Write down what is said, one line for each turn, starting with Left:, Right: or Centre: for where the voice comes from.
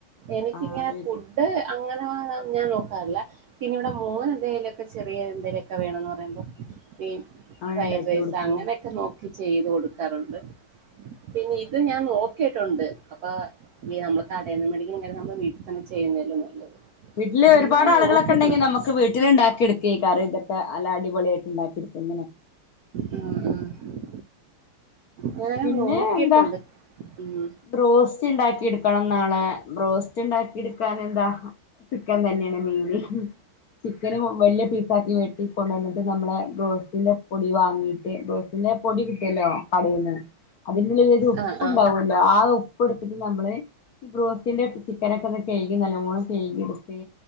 Right: എനിക്കിങ്ങനെ
Left: ആഹ്
Right: ഫുഡ് അങ്ങനെ വാ നാ ഞാൻ നോക്കാറില്ല. പിന്നെ ഇവിടെ മോനെന്തേലൊക്കെ ചെറിയ എന്തേലൊക്കെ വേണന്ന് പറയുമ്പോ ഈ
Left: അങ്ങനെ
Right: ഫ്രൈഡ്
Left: ഉണ്ടാക്കി
Right: റൈസ്
Left: കൊടുക്കൂലേ
Right: അങ്ങനൊക്കെ നോക്കി ചെയ്ത് കൊടുക്കാറ്ണ്ട്. പിന്നെ ഇത് ഞാൻ നോക്കിട്ടുണ്ട് അപ്പൊ ഈ നമ്മൾ കടേന്ന് മേടിക്കുംകാര്യം നമ്മള് വീട്ടിത്തന്നെ ചെയ്യുന്നയല്യോ നല്ലത്.
Left: വീട്ടില്
Right: അങ്ങനെ
Left: ഒരുപാട്
Right: ഞാൻ
Left: ആളുകളൊക്കെ
Right: നോക്കിയിട്ടുണ്ട്
Left: ഇണ്ടെങ്കി നമുക്ക് വീട്ടിൽ ഇണ്ടാക്കിയെടുക് ഈക്കറി ഇതൊക്കെ അല്ല അടിപൊളിയായിട്ട് ഉണ്ടാക്കി എടുക്ക ഇങ്ങനെ
Right: ഉം ഉം ഞാനും
Left: പിന്നെ
Right: നോക്കിട്ടുണ്ട്
Left: എന്താ
Right: ഉം
Left: ബ്രോസ്റ്റ് ഇണ്ടാക്കി ഇട്ക്കണം നാളെ ബ്രോസ്റ്റ് ഇണ്ടാക്കിഇടുക്കാൻ എന്താ ചിക്കൻ തന്നെയാണ് മെയിന് ചിക്കന് വലിയ പീസാക്കി വെട്ടി കൊണ്ടന്നിട്ട് നമ്മളെ ബ്രോസ്റ്റിന്റെപൊടി വാങ്ങിയിട്ട് ബ്രോസ്റ്റ പിന്നെ പൊടി കിട്ടിയല്ലോ കടേന്ന് അതിന്റുള്ളിലൊരു ഉപ്പ്
Right: ആ ആ
Left: ഉണ്ടാവല്ലോ ആ ഉപ്പ് ഇടുത്തിട്ട് നമ്മള് ഈ ബ്രോസ്‌റ്റിന്റെ ചിക്കനൊക്കെ ഒന്ന് കയ്കി നല്ലോണം കയ്കി എടുത്ത്